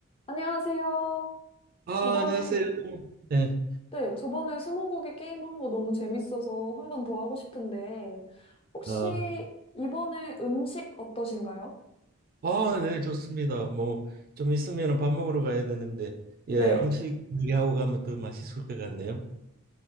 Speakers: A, on the left; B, on the right.
A: 안녕하세요.
B: 아,
A: 저번에,
B: 안녕하세요. 네.
A: 네, 저번에 스무고개 게임 한 거 너무 재밌어서 한 번 더 하고 싶은데, 혹시
B: 아,
A: 이번에 음식 어떠신가요?
B: 아, 네, 좋습니다. 뭐, 좀 있으면 밥 먹으러 가야 되는데, 예,
A: 네,
B: 음식 얘기하고 가면 더 맛있을 것 같네요.